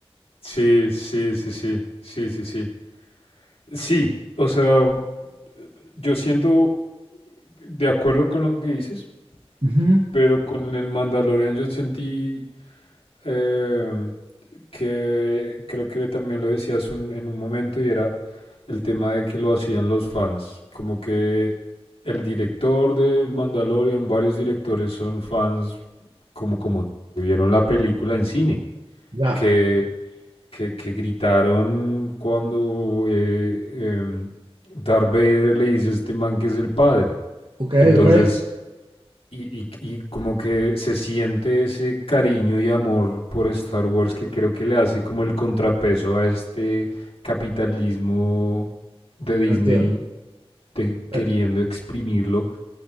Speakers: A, on the left; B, on the right.
A: Sí, sí, sí, sí, sí, sí, sí. Sí, o sea, yo siento de acuerdo con lo que dices,
B: Ujú,
A: pero con el Mandalorian yo sentí eh, que creo que también lo decías un- en un momento y era el tema de que lo hacían los fans, como que el director del Mandalorian, varios directores son fans como como vieron la película en cine,
B: Ya,
A: que, que, que gritaron cuando eh, em, Darth Vader le dice a este man que es el padre.
B: ok,
A: Entonces
B: ok,
A: y, y- y como que se siente ese cariño y amor por Star Wars que creo que le hace como el contrapeso a este capitalismo de Disney
B: entiendo.
A: de queriendo
B: Eh,
A: exprimirlo